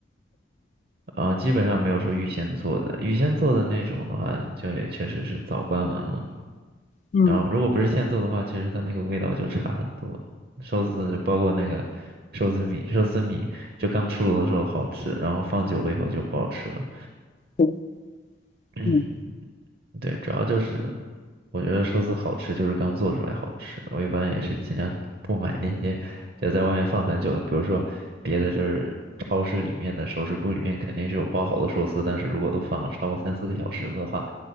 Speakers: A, on the right; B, on the left.
A: 啊、基本上没有说预先做的，预先做的那种的话，就也确实是早关门了。
B: 嗯，
A: 然后如果不是现做的话，其实它那个味道就差很多。寿司包括那个寿司米，寿司米就刚出炉的时候好吃，然后放久了以后就不好吃了。
B: 对
A: 嗯，
B: 嗯。
A: 对，主要就是我觉得寿司好吃就是刚做出来好吃。我一般也是尽量不买那些就在外面放很久的，比如说别的就是超市里面的熟食部里面肯定是有包好的寿司，但是如果都放了超过三四个小时的话，